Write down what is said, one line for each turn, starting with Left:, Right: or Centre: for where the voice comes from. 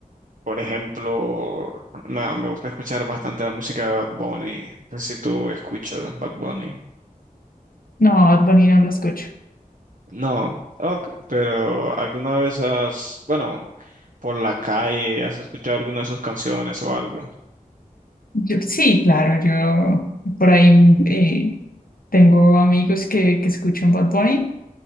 Right: Por ejemplo, me, me gusta escuchar bastante la música de Bad Bunny. No sé si tú escuchas Bad Bunny.
Left: No, Bad Bunny no lo escucho.
Right: No, ok, pero alguna vez has, bueno, por la calle, has escuchado alguna de sus canciones o algo.
Left: Yo, sí, claro, yo por ahí eh, tengo amigos que, que escuchan Bad Bunny,